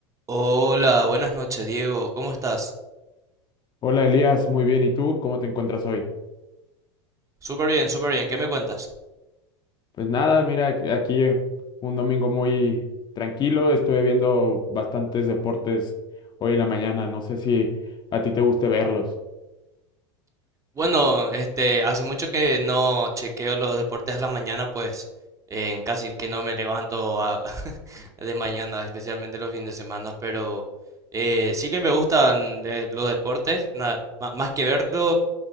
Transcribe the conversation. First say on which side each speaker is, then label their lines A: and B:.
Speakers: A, on the right (about 20°); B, on the left (about 30°).
A: Hola, buenas noches, Diego. ¿Cómo estás?
B: Hola Elías, muy bien. ¿Y tú? ¿Cómo te encuentras hoy?
A: Súper bien, súper bien. ¿Qué me cuentas?
B: Pues nada, mira, ac- aquí un domingo muy tranquilo. Estuve viendo bastantes deportes hoy en la mañana. No sé si a ti te guste verlos.
A: Bueno, este, hace mucho que no chequeo los deportes a la mañana, pues en casi que no me levanto a- <laughs> de mañana, especialmente los fines de semana, pero eh, sí que me gustan eh, los deportes, na- ma- más que verlo,